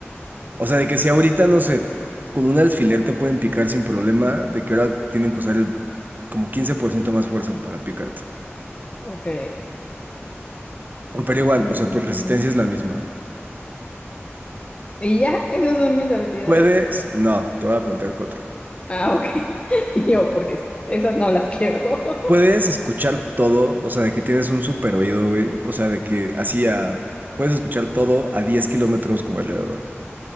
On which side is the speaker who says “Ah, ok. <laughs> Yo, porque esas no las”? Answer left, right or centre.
Left